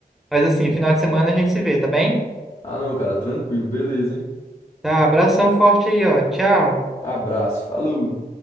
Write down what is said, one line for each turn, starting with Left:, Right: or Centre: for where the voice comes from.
Centre: Mas assim, final de semana a gente se vê, tá bem?
Left: Ah, não, cara, tranquilo, beleza, hein?
Centre: Tá, abração forte aí, ó. Tchau.
Left: Abraço, falou!